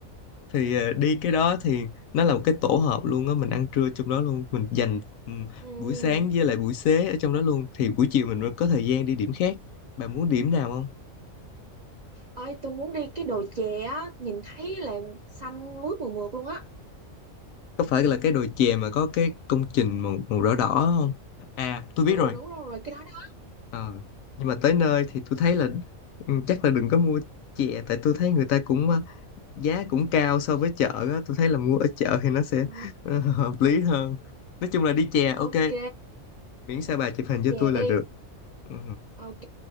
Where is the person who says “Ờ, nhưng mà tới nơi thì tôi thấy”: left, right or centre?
Left